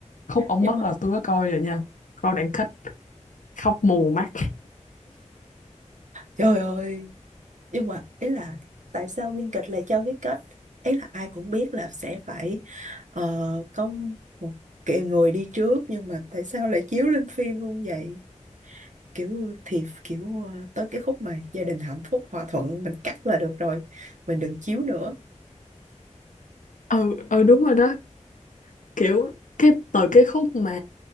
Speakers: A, on the left; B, on the right.
A: khúc ống
B: nhưng
A: mất
B: mà
A: là tôi có coi rồi nha coi đoạn kết khóc mù mắt
B: trời ơi nhưng mà ý là tại sao biên kịch lại cho cái kết ý là ai cũng biết là sẽ phải ờ, có một kiểu người đi trước nhưng mà tại sao lại chiếu lên phim luôn vậy kiểu thì kiểu ờ, tới cái khúc mà gia đình hạnh phúc hòa thuận mình cắt là được rồi mình đừng chiếu nữa
A: ừ ừ đúng rồi đó kiểu cái từ cái khúc mà